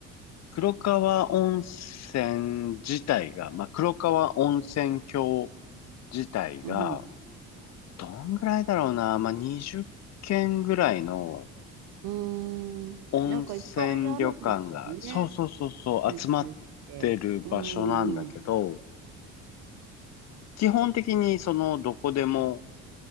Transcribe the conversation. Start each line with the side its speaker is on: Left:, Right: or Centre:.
Left: 黒川温泉自体が、まあ、黒川温泉郷自体が、
Right: うん、
Left: どんぐらいだろうな、まあ、20件ぐらいの
Right: うーん。
Left: 温泉旅館が、
Right: なんかいっぱいあるんですよね。
Left: そうそうそうそう、
Right: 集中して。
Left: 集まってる場所なんだけど、
Right: うーん、
Left: 基本的にそのどこでも、